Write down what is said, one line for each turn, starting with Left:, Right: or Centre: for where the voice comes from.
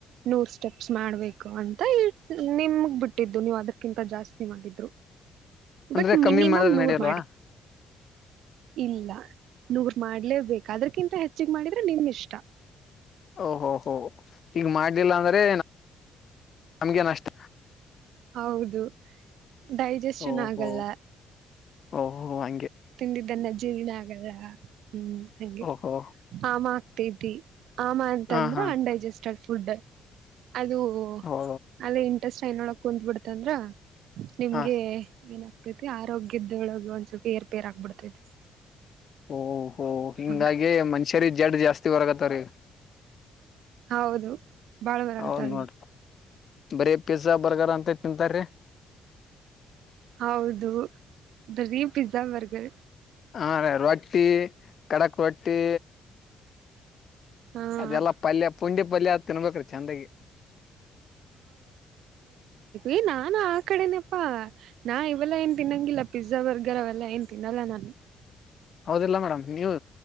Right: ನೂರ್ ಸ್ಟೆಪ್ಸ್ ಮಾಡ್ಬೇಕು ಅಂತ ಹಳ್ ನಿಮಗ್ ಬಿಟ್ಟಿದ್ದು ನೀವ್ ಅದಕಿಂತ ಜಾಸ್ತಿ ಮಾಡಿದ್ರು
Left: ಅಂದ್ರೆ
Right: ಬಟ್ ಮಿನಿಮಮ್
Left: ಕಮ್ಮಿ ಮಾಡಿದ್ರೆ
Right: ನೂರ್
Left: ನಡೆಯಲ್ವಾ
Right: ಮಾಡಿ ಇಲ್ಲ ನೂರ್ ಮಾಡ್ಲೇಬೇಕು ಅದಕ್ಕಿಂತ ಹೆಚ್ಚಗ್ ಮಾಡಿದ್ರೆ ನಿಮ ಇಷ್ಟ
Left: ಓಹೋ ಹೋ ಈಗ ಮಾಡ್ಲಿಲ್ಲ ಅಂದ್ರೆ ನಮ್ಗೆ ನಷ್ಟ
Right: ಹೌದು ಡೈಜೆಶನ್
Left: ಓಹೋ
Right: ಆಗಲ್ಲ
Left: ಓಹೋ ಹ
Right: ತಿಂದಿದ್ದ ಅನ್ನಾ ಜೀರ್ಣ ಆಗಲ್ಲಾ ಹ್ಮ್ ಹಂಗೆ
Left: ಓಹೋ
Right: ಆ ಮಾ ಟಿಟಿ ಆಮ ಅಂತಂದ್ರ
Left: ಹಾ ಹಾ
Right: ಅನ್ಡೈಜೆಸ್ಟೆಡ್ ಫುಡ್ ಅದು
Left: ಹೋ
Right: ಅಲ್ಲೆ ಇಂಟೆಸ್ಟೈನ್ ಒಳಗ್ ಕುಂತ್ ಬಿಡ್ತಂದ್ರ ನಿಮ್ಗೆ
Left: ಹ
Right: ಏನಾಗ್ತೈತಿ ಆರೋಗ್ಯದೋಳಗ ಒಂದ್ ಸ್ವಲ್ಪ ಏರ್ಪೇರ್ ಆಗ್ಬಿಡ್ತೈತಿ.
Left: ಓಹ ಹೋ ಹಿಂಗಾಗಿ
Right: ಹಂಗ
Left: ಮನುಷ್ಯರಿಗ್ ಜಡ್ ಜಾಸ್ತಿ ಬರಕತಾವ್ರಿ ಈಗ್.
Right: ಹೌದು ಬಾಳ ಬರಗತ್ತಾವ
Left: ಹೌದ ನೋಡ್ರಿ. ಬರೀ ಪಿಜ್ಜಾ ಬರ್ಗರ್ ಅಂತ ತಿಂತಾರೀ.
Right: ಹೌದು ಬರಿ ಪಿಜ್ಜಾ ಬರ್ಗರ್.
Left: ಹ ರಿ ರೊಟ್ಟಿ ಕಡಕ್ ರೊಟ್ಟಿ
Right: ಹಾ
Left: ಅದೆಲ್ಲಾ ಪಲ್ಯ ಪುಂಡಿ ಪಲ್ಯ ತಿನ್ಬೇಕ್ರೀ ಚಂದಾಗಿ.
Right: ಏ ನಾನ್ ಆ ಕಡೆನಪ್ಪಾ ನಾ ಇವೆಲ್ಲ ಏನ್ ತಿನ್ನೊಂಗಿಲ್ಲ ಪಿಜ್ಜಾ ಬರ್ಗರ್ ಅವೆಲ್ಲ ಏನ್ ತಿನ್ನಲ್ಲ ನಾನು.
Left: <unintelligible> ಹೌದಿಲ್ಲ ಮೇಡಮ್ ನೀವು